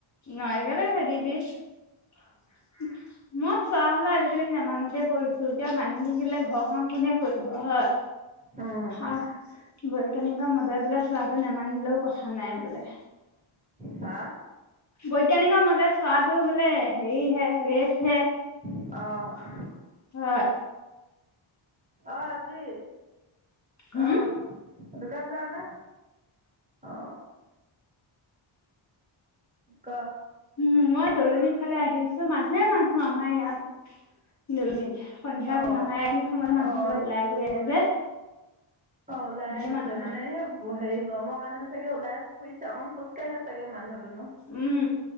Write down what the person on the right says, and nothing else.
উম,
হা
অ
অ আজি
অ দোকান যাওঁনে অ ক
অঁ অঁ
অঁ
অ ওলাই
গৈছে
মানে সেই হেৰি গৰমৰ কাৰণে চাগে ওলাই ফুৰিছে অকন খোজ কাঢ়ে চাগে মানুহ দুনো